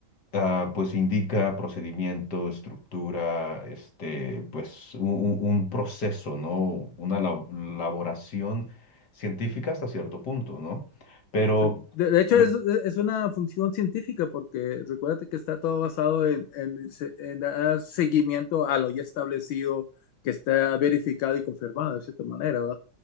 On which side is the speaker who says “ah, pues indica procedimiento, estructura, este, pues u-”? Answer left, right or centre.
Left